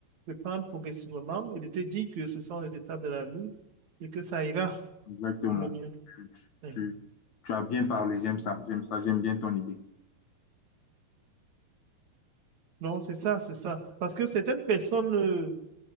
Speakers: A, on the right; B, on the left.
A: de prendre progressivement et de te dire que ce sont les étapes de la vie et que ça ira
B: Exactement.
A: pour le mieux.
B: Tu,
A: Mhm.
B: tu- tu as bien parlé, j'aime ça, j'aime ça, j'aime bien ton idée.
A: Donc, c'est ça, c'est ça. Parce que certaines personnes euh,